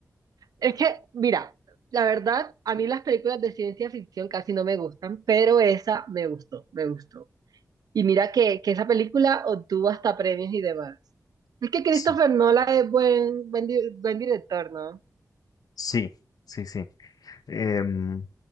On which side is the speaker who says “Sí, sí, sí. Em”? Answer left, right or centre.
Left